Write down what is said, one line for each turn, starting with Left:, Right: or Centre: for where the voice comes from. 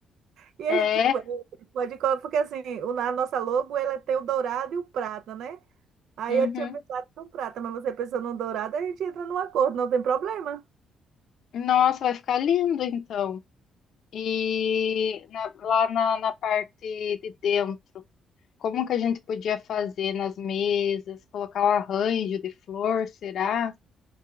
Right: E
Left: é,
Right: a gente pode pode colocar, porque assim, o- a nossa logo ela tem o dourado e o prata, né? Aí
Left: uhum.
Right: eu tinha pensado no prata, mas você pensou no dourado, a gente entra num acordo, não tem problema.
Left: Nossa, vai ficar lindo então. E na- lá na, na parte de dentro, como que a gente podia fazer nas mesas, colocar um arranjo de flor, será?